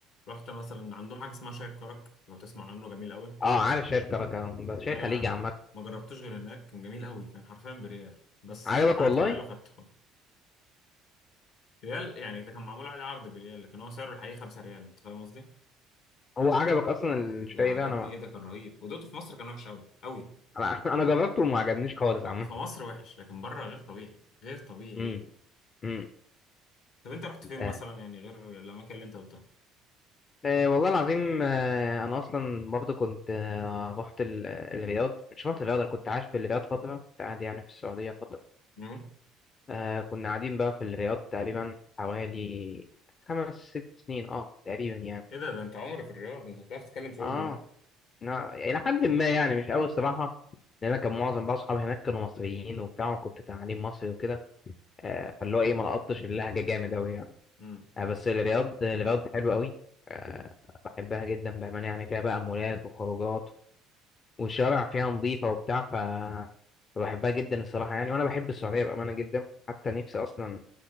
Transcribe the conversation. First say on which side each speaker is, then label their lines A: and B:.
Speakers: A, on the left; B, on the left.
A: رحت مثلا عندهم حاجة اسمها شاي الكرك لو تسمع عنه جميل قوي
B: اه عارف شاي الكركه ده شاي
A: ده انا
B: خليجي عامه
A: ما جربتوش غير هناك كان جميل قوي كان حرفيا بريال بس
B: عجبك
A: دفعت
B: والله
A: ريال وخدته ريال يعني ده كان معمول عليه عرض بريال لكن هو سعره الحقيقي 5 ريال انت فاهم قصدي
B: هو عجبك اصلا الشاي
A: ده عجبني
B: ده انا ما...
A: ايه ده كان رهيب ودقته في مصر كان وحش قوي قوي
B: انا <laughs> انا جربته وما عجبنيش خالص
A: ما-
B: عامه
A: في مصر وحش لكن بره غير طبيعي غير طبيعي
B: امم امم
A: طب انت رحت فين مثلا
B: آه.
A: يعني غير الاماكن اللي انت قلتها
B: آه والله العظيم آه انا اصلا برضه كنت آه رحت ال- الرياض مش رحت الرياض انا كنت عايش في الرياض فتره كنت قاعد يعني في السعوديه فتره
A: مم.
B: آه كنا قاعدين بقى في الرياض تقريبا حوالي خمس ست سنين اه تقريبا يعني
A: ايه ده ده انت عمري في الرياض انت بتعرف تتكلم سعودي
B: اه
A: بقى
B: نا- إلى حد ما يعني مش أوي الصراحة لأن أنا كان معظم بقى أصحابي هناك كانوا مصريين وبتاع وكنت تعليم مصري وكده آه فاللي هو إيه ما لقطتش اللهجة جامد أوي يعني
A: امم
B: آه بس الرياض الرياض حلوة أوي آه بحبها جدا بأمانة يعني فيها بقى مولات وخروجات والشوارع فيها نظيفة وبتاع ف فبحبها جدا الصراحة يعني وأنا بحب السعودية بأمانة جدا حتى نفسي أصلا